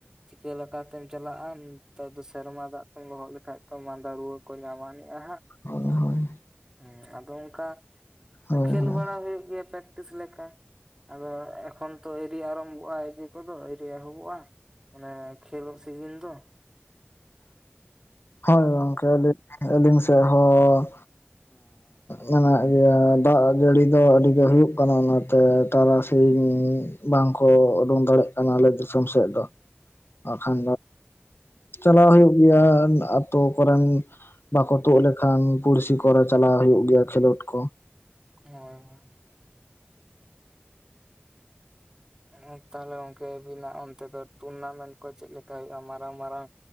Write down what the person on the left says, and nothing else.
ᱦᱳᱭ ᱦᱳᱭ
ᱦᱳᱭ
ᱦᱳᱭ
<inaudible> ᱦᱳᱭ ᱜᱚᱝᱠᱮ ᱟᱹᱞᱤ ᱟᱹᱞᱤᱧ ᱥᱮᱮᱫ ᱦᱚᱸ ᱢᱮᱱᱟᱜ ᱜᱮᱭᱟ ᱫᱟᱜ ᱡᱟᱹᱲᱤ ᱫᱚ ᱟᱹᱰᱤ ᱜᱮ ᱦᱩᱭᱩᱜ ᱠᱟᱱᱟ ᱚᱱᱟᱛᱮ ᱛᱟᱨᱟᱥᱤᱧ ᱵᱟᱝᱠᱚ ᱩᱰᱩᱝ ᱫᱟᱲᱮᱭᱟᱜ ᱠᱟᱱᱟ ᱟᱞᱮ ᱫᱤᱥᱚᱢ ᱥᱮᱫ ᱫᱚ ᱵᱟᱠᱷᱟᱱ ᱫᱚ ᱪᱟᱞᱟᱣ ᱦᱩᱭᱩᱜ ᱜᱮᱭᱟ ᱟᱹᱛᱩ ᱠᱚᱨᱮᱱ ᱵᱟᱠᱚ ᱛᱩᱫ ᱞᱮᱠᱷᱟᱱ ᱯᱩᱲᱥᱤ ᱠᱚᱨᱮ ᱪᱟᱞᱟᱣ ᱦᱩᱭᱩᱜ ᱜᱮᱭᱟ ᱠᱷᱮᱞᱳᱰ ᱠᱚ